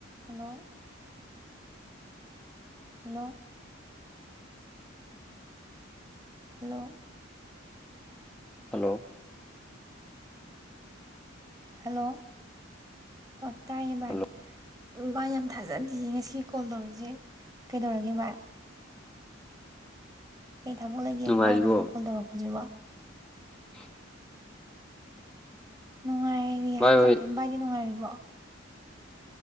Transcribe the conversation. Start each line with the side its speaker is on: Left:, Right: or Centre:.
Right: Hello. Hello. Hello.
Centre: Hello.
Right: Hello. ꯑꯣ ꯇꯥꯏꯌꯦ bye.
Centre: Hello
Right: ꯕꯥꯏ ꯌꯥꯝ ꯊꯥꯖꯗꯌꯦ ꯉꯁꯤ ꯀꯣꯜ ꯇꯧꯔꯤꯛꯏꯖꯦ ꯀꯩꯗꯧꯔꯒꯦ ꯕꯥꯏ꯫ ꯀꯩ ꯊꯥꯕꯛ ꯂꯩꯒꯦꯕ
Centre: ꯅꯨꯡꯉꯥꯏꯔꯤꯕꯣ
Right: ꯕꯥꯢ ꯅꯪꯅ ꯅꯩꯉꯣꯟꯗ ꯀꯣꯜ ꯇꯧꯔꯛꯄꯖꯤꯕꯣ꯫
Centre: <unintelligible>
Right: ꯅꯨꯡꯉꯥꯏꯔꯤ
Centre: ꯚꯥꯏ
Right: ꯍꯥꯏꯇꯥꯔꯦ
Centre: ꯍꯣꯏ
Right: ꯕꯥꯏꯗꯤ ꯅꯨꯡꯉꯥꯏꯔꯤꯕꯣ꯫ ꯑꯣ